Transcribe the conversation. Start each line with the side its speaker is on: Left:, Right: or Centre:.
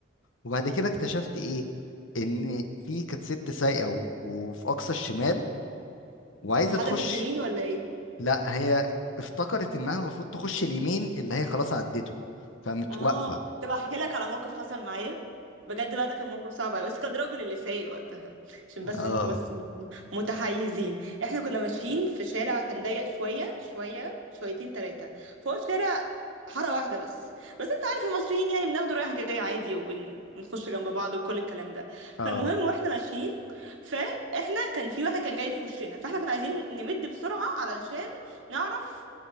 Left: وبعد كده اكتشفت ايه ان في كانت ست سايقه و- وفي اقصى الشمال وعايزه
Right: محادة
Left: تخش
Right: في تيميني ولا ايه
Left: لا هي افتكرت انها المفروض تخش اليمين اللي هي خلاص عدته فقامت
Right: اه
Left: واقفه
Right: طب احكي لك على موقف حصل معايا بجد بقى ده كان موقف صعب أوي، بس كان راجل اللي سايق وقتها عشان
Left: اه
Right: بس انتوا بس م- متحيزين احنا كنا ماشيين في شارع كان ضيق شويه شويه شويتين ثلاثه فهو شارع حاره واحده بس بس انت عارف المصريين يعني بناخده رايح جاي عادي وبنخش جنب بعض وكل الكلام ده
Left: اه
Right: فالمهم واحنا ماشيين فاحنا كان في واحد كان جاي في وشنا فاحنا كنا عايزين نمد بسرعه علشان نعرف